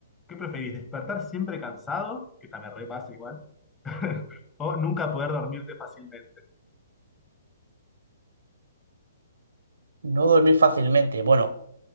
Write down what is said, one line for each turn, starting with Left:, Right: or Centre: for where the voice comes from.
Left: ¿qué preferís? ¿Despertar siempre cansado? Que también repasa igual. <laughs> O nunca poder dormirte fácilmente.
Right: No dormir fácilmente. Bueno,